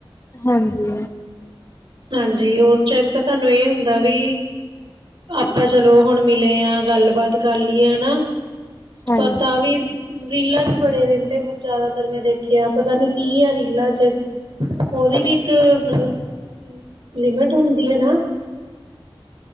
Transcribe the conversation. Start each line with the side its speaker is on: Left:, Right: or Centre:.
Left: ਹਾਂਜੀ।
Right: ਹਾਂਜੀ, ਉਸ ਟਾਈਮ ਤਾਂ ਸਾਨੂੰ ਏ ਹੁੰਦਾ ਵੀ ਆਪਾਂ ਚਲੋ ਹੁਣ ਮਿਲੇ ਆ ਗੱਲਬਾਤ ਕਰ ਲਈਏ ਹਨਾ,
Left: ਹਾਂਜੀ ਹਾਂਜੀ
Right: ਪਰ ਤਾਂ ਵੀ ਰੀਲਾ ਚ ਵੜੇ ਰਹਿੰਦੇ ਹੁਣ ਜ਼ਿਆਦਾਤਰ ਮੈਂ ਦੇਖਿਆ, ਪਤਾ ਨੀ ਕੀ ਆ ਰੀਲਾ ਚ। ਉਹਦੀ ਵੀ ਇੱਕ ਮਤਲਬ ਲਿਮਿਟ ਹੁੰਦੀ ਆ ਨਾ।